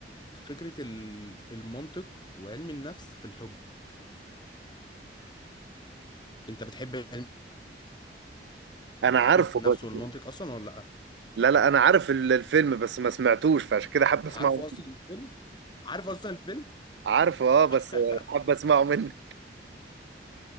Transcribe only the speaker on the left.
فكرة ال- المنطق وعلم النفس في الحب انت بتحب علم
النفس
والمنطق اصلا ولا لا
عارفه اصلا الفيلم عارف اصلا الفيلم
<laughs>